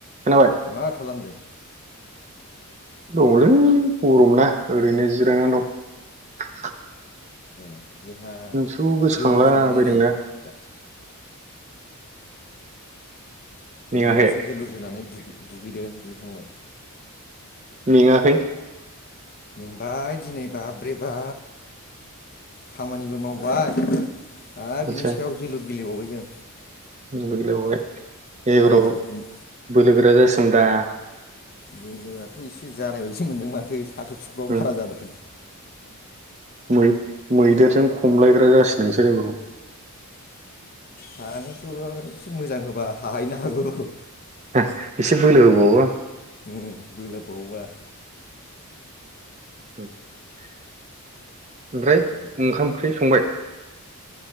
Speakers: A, on the right; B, on the left.
A: खोनाबाय
B: मा खालामदों
A: दङलै गरमना ओरैनो जिरायनानै दं।
B: <unintelligible> जोंहा
A: नोंसोरखौ गोसोखांला
B: जोलुर जोनानै
A: बायदोंना
B: नै दा
A: मेङाखै
B: जोंहा दासो जोलुर जोनानै दु दुगैदों दुगै खांबाय।
A: मेङाखै।
B: मेंबाय दिनै बाब्रे बा खामानिबो मावबाय। आरो
A: आदसा
B: बिनि सायाव जोलुर गेलेबावबाय जों
A: <unintelligible> एबाराव
B: उम दिनै
A: बोलो गोरा जा सोंब्रा।
B: बोलोआथ एसे जानाय बायदि मोनदों माथो। साख्रु सुख्रुआव
A: <unintelligible>
B: बारा जादों
A: मैदेरजों खमलायग्रा जासि नोंसोर एबाराव।
B: हानोथ एसे मोजां होबा हाहैनो हागौ।
A: <unintelligible> एसे बोले होबावबा।
B: ओं बोलो बावबा।
A: <unintelligible> ओमफ्राय ओंखाम ओंख्रि संबाय।